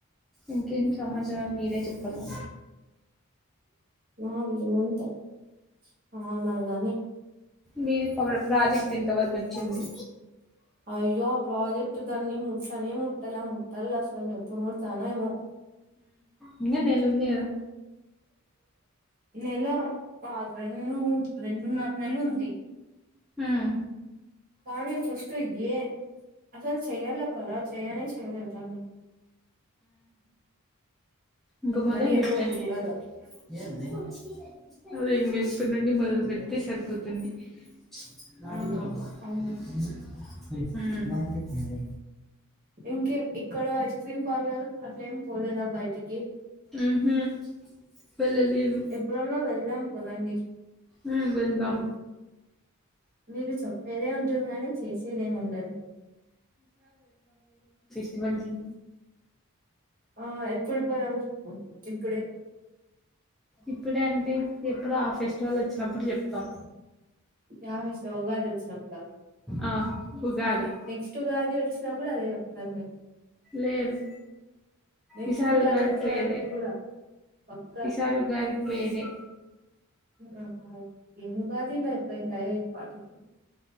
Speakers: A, in the centre; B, on the right.
A: ఇంకేంటి సమాచారం మీరే చెప్పలగా
B: మాది ఎం ముంటాయి మహాత్మాగాంధీ
A: మీది పవర్ ప్రాజెక్ట్ ఎంత వరకు వచ్చింది
B: అయ్యో ప్రాజెక్ట్ దాని ముట్టనే ముట్టల ముట్టల అసలు ఎప్పుడు ముడత తలైవో
A: ఇంగ నెలఉందికదా
B: నెల కాదు రెండు మూడు రెండున్నర నెలు ఉంది
A: ఉమ్
B: కానీ ఫస్ట్ ఎ అసలు చెయ్యాల కదా చేయ్యనే చెయలేరు తని
A: ఇంగ మొదలు
B: పని ఏదో
A: పెట్టండి
B: చూడాల
A: ఏంది అదే ఎంగే ఇప్పటి నుండి మొదలు పెడితే సరిపోతుంది <unintelligible> <unintelligible>
B: ఆ అవును
A: ఉం బాగా చెప్పినవ్ లే
B: ఇంకేం ఇక్కడ ఇష్ట అసలు ఏం బాగాలేదు అట్ల ఏమి పోలేదా బయటికి
A: ఉహు వెళ్ళలేదు
B: ఎప్పుడన్నా వెళ్దాం పదండి.
A: ఉమ్ వెళ్దాం
B: మీరు చెప్పేదే ఉంటది గాని చేసేదేమి ఉండదు.
A: ఎవరికి
B: ఆ ఎప్పుడు పోదాం చెప్పు ఇప్పుడే
A: ఇప్పుడే అంటే ఎప్పుడు ఆ ఫెస్టివల్ వచ్చినప్పుడు చెప్తాం.
B: <unintelligible> వచ్చినప్పుడా
A: ఆ ఉగాది
B: నెక్స్ట్యూ ఉగాది వచ్చినా కూడా అదే చెప్తారు మేము
A: లేదు
B: నెక్స్ట్
A: ఈసారి
B: ఉగాది
A: ఉగాదికి
B: వచ్చే
A: పోయేదే
B: వరకు కూడా పక్క
A: ఈసారి ఉగాదికి పోయేదే
B: <unintelligible> ఎన్ని ఉగాది లు అయిపోంటాయి. <unintelligible>